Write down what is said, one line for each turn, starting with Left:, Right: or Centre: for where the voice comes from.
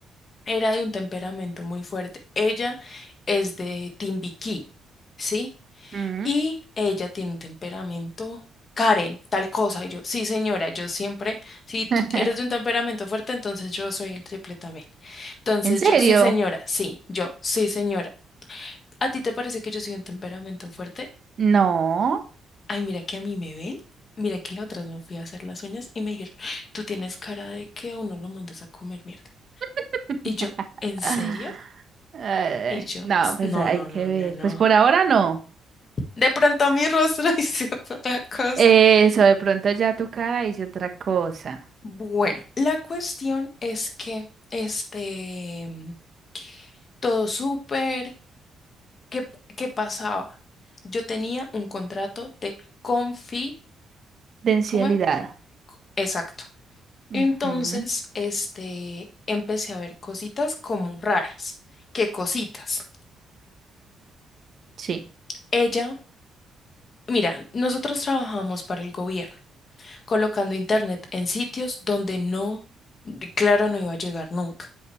Left: era de un temperamento muy fuerte. Ella es de Timbiquí, ¿sí?
Right: Mm.
Left: Y ella tiene un temperamento Karen, tal cosa. Y yo, sí, señora, yo siempre, si tú
Right: <laughs>
Left: eres de un temperamento fuerte, entonces yo soy el triple también. Entonces
Right: ¿En serio?
Left: yo, sí, señora, sí, yo, sí, señora. ¿A ti te parece que yo soy un temperamento fuerte?
Right: No.
Left: Ay, mira que a mí me ven. Mira que la otra vez me fui a hacer las uñas y me dijeron, tú tienes cara de que a uno lo mandas a comer mierda.
Right: <laughs>
Left: Y yo, ¿en serio?
Right: Ah, Eh,
Left: Y yo,
Right: no,
Left: "S-
Right: pues
Left: no,
Right: hay
Left: no,
Right: que
Left: no,
Right: ver.
Left: no, no.
Right: Pues por ahora no.
Left: De pronto mi rostro <laughs> hizo otra cosa.
Right: Eso, de pronto ya tu cara dice otra cosa.
Left: Bueno, la cuestión es que, este, todo súper, ¿qué, qué pasaba? Yo tenía un contrato de confi,
Right: Densidad.
Left: ¿cómo es? Exacto.
Right: Ujú,
Left: Entonces, este, empecé a ver cositas como raras. ¿Qué cositas?
Right: Sí.
Left: Ella, mira, nosotros trabajamos para el gobierno, colocando internet en sitios donde no, de- claro, no iba a llegar nunca,